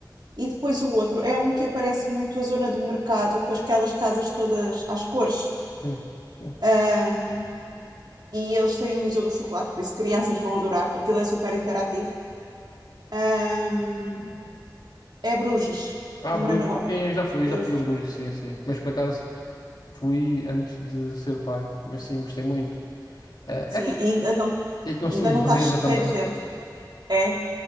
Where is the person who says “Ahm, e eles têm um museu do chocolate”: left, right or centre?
Right